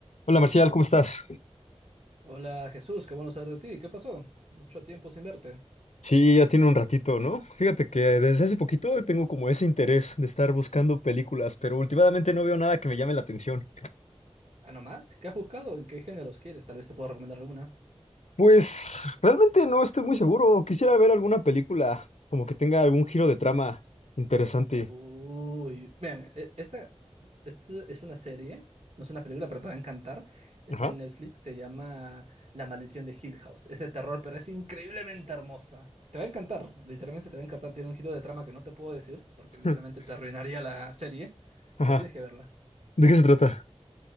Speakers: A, on the left (about 80°); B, on the right (about 70°).
A: Hola Marcial, ¿cómo estás?
B: Hola Jesús, qué bueno saber de ti. ¿Qué pasó? Mucho tiempo sin verte.
A: Sí, ya tiene un ratito, ¿no? Fíjate que desde hace poquito tengo como ese interés de estar buscando películas, pero últimamente no veo nada que me llame la atención.
B: ¿Ah, no más? ¿Qué has buscado? ¿En qué géneros quieres? Tal vez te puedo recomendar alguna.
A: Pues realmente no estoy muy seguro. Quisiera ver alguna película como que tenga algún giro de trama interesante.
B: Uy, vean, e- esta, esto es una serie, no es una película, pero te va a encantar. Está
A: Ajá.
B: en Netflix, se llama La maldición de Hill House. Es de terror, pero es increíblemente hermosa. Te va a encantar, literalmente te va a encantar. Tiene un giro de trama que no te puedo decir, porque
A: <laughs>
B: literalmente te arruinaría la serie,
A: Ajá.
B: pero tienes que verla.
A: ¿De qué se trata?